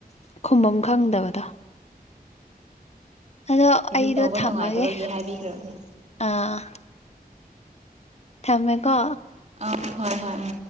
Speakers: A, on the left; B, on the right.
A: ꯈꯨꯝꯕꯝ ꯈꯪꯗꯕꯗꯣ꯫ ꯑꯗꯣ
B: ꯑꯩꯗꯤ
A: ꯑꯩꯗꯣ
B: ꯇꯧꯕ
A: ꯊꯝꯃꯒꯦ
B: ꯅꯨꯡꯉꯥꯏꯇꯕꯒꯤ ꯍꯥꯏꯕꯤꯈ꯭ꯔꯕꯅꯦ
A: ꯑꯥ꯫ ꯊꯝꯃꯦꯀꯣ꯫
B: ꯑ ꯍꯣꯏ ꯍꯣꯏ ꯎꯝ꯫